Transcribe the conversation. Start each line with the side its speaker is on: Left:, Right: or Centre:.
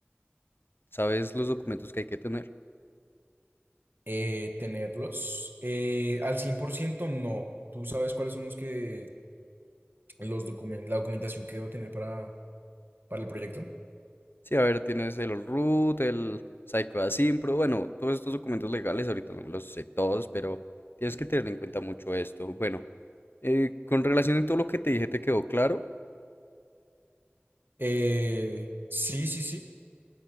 Left: ¿Sabes los documentos que hay que tener?
Right: eh, tenerlos. Eh, al 100% no. ¿Tú sabes cuáles son los que los documen- la documentación que debo tener para, para el proyecto?
Left: Sí, a ver, tienes el Allroot, el Psycho Asimpro, bueno, todos estos documentos legales, ahorita no me los sé todos, pero tienes que tener en cuenta mucho esto. Bueno, eh, con relación a todo lo que te dije, ¿te quedó claro?
Right: Eh, sí, sí, sí,